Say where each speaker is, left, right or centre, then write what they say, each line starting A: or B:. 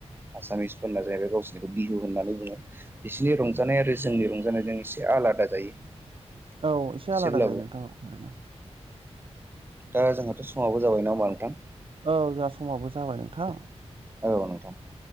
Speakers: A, on the right; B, on the right.
A: आसामिसफोरना जाहैबाय गावसनिखौ बिहु होननानै बुङो बिसोरनि रंजानाय आरो जोंनि रंजानायजों एसे आलादा जायो
B: औ एसे
A: एसेब्लाबो
B: आलादा जायो नोंथां औ।
A: दा जोंहाथ' समाबो जाबाय ना होमबा नोंथां?
B: औ जा समाबो जाबाय नोंथां।
A: औ नोंथां।